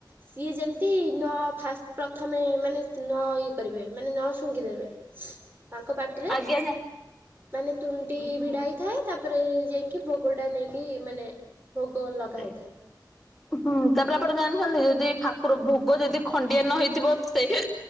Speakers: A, on the right (about 30°); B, in the centre.
A: ସିଏ ଯେମତି ନ ଫାଷ୍ଟ ପ୍ରଥମେ ମାନେ ନ ଇଏ କରିବେ, ମାନେ ନ ଶୁ <unintelligible> ଦେବେ, ତାଙ୍କ ପାଟିରେ
B: ଆଜ୍ଞା
A: ମାନେ ତୁଣ୍ଡି
B: ହୁଁ ହୁଁ
A: ଭିଡ ହେଥାଏ, ତା ତାପରେ ଯାଇକି, ଭୋଗ ଟା ନେଇକି ମାନେ ଭୋଗ ଲଗା
B: ହୁଁ,
A: ହେଇଥାଏ
B: ତାପରେ ଆପଣ ଜାଣିଛନ୍ତି? ଯ ଠାକୁର ଭୋଗ ଯଦି ଖଣ୍ଡିଆ ନ ହେଇଥିବ, ସେଇ,